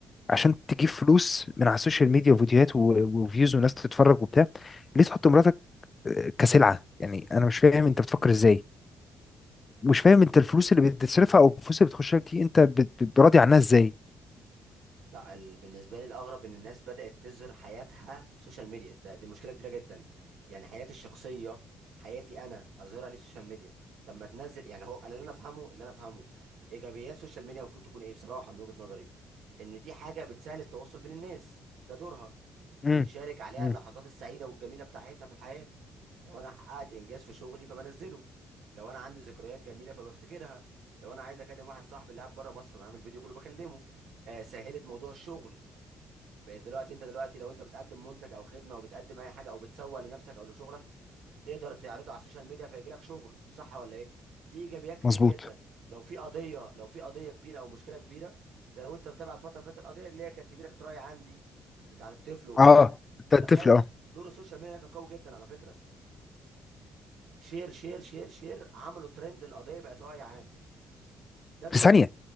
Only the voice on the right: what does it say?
يعني
انا
لا ال- بالنسبه لي الاغرب ان الناس بدات تظهر حياتها سوشيال ميديا ده دي مشكله كبيره جدا يعني حياتي الشخصيه حياتي انا اظهرها ليه سوشيال ميديا طب ما تنزل يعني هو أنا اللي انا افهمه اللي انا افهمه ايجابيات السوشيال ميديا المفروض تكون ايه بصراحه من وجهه نظري ان دي حاجه بتسهل التواصل بين الناس ده دورها
بنشارك عليها
اللحظات السعيده والجميله بتاعتنا في الحياه لو انا حققت انجاز في شغلي فبنزله لو انا عندي ذكريات جميله فبفتكرها لو انا عايز اكلم واحد صاحبي اللي قاعد بره مصر بعمل فيديو كله بكلمه آه سهلت موضوع الشغل بقيت دلوقتي انت دلوقتي لو انت بتقدم منتج او خدمه او بتقدم اي حاجه او بتسوق لنفسك او لشغلك تقدر تعرضه على السوشيال ميديا فيجي لك شغل صح ولا ايه دي ايجابيات كتير
جدا لو في قضيه لو في قضيه كبيره او مشكله كبيره ده لو انت متابع الفتره اللي فاتت القضيه اللي هي كانت كبيره كانت راي عام دي بتاعت الطفل وبتاع
تخيل
دور السوشيال ميديا كان قوي جدا على فكره شير شير شير شير عملوا ترند القضيه بقت راي عام ده دورها